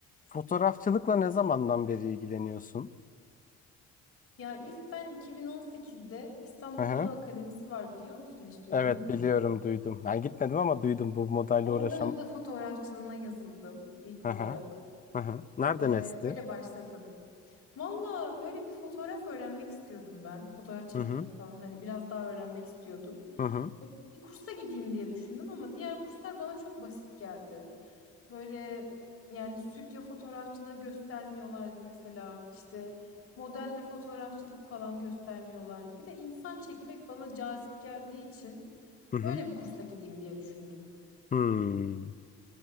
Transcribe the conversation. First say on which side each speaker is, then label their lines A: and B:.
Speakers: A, on the left; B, on the left.
A: Fotoğrafçılıkla ne zamandan beri ilgileniyorsun?
B: Ya ilk ben 2018'de İstanbul
A: Hı hı.
B: Moda Akademisi var biliyor musun? Hiç duydun
A: Evet
B: mu?
A: biliyorum duydum. Ben gitmedim ama duydum bu modayla
B: Orada
A: uğraşan.
B: moda fotoğrafçılığına yazıldım ilk
A: Hı
B: olarak.
A: hı. Hı hı. Nereden
B: Ee,
A: esti?
B: öyle başladım. Valla böyle bir fotoğraf öğrenmek istiyordum ben. Fotoğraf çekmeyi
A: Hı hı.
B: falan hani biraz daha öğrenmek istiyordum.
A: Hı hı.
B: E, Bir kursa gideyim diye düşündüm ama diğer kurslar bana çok basit geldi. Böyle yani stüdyo fotoğrafçılığı göstermiyorlardı mesela. İşte modelle fotoğrafçılık falan göstermiyorlardı. Bir de insan çekmek bana cazip geldiği için
A: Hı hı.
B: böyle bir kursa gideyim diye düşündüm.
A: Hmm.